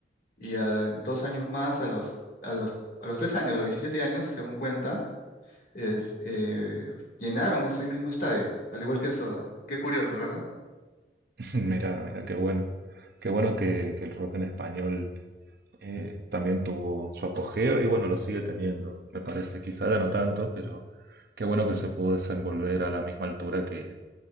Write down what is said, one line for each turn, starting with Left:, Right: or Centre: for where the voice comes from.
Left: y a dos años más, a los, a los, a los tres años, a los 17 años, según cuenta, eh, eh, llenaron ese mismo estadio, al igual que eso. Qué curioso, ¿verdad?
Right: <laughs> Mira, mira, qué bueno. Qué bueno que, que el rock en español eh, también tuvo su apogeo y bueno, lo sigue teniendo, me parece. Quizá ya no tanto, pero qué bueno que se pudo desenvolver a la misma altura que,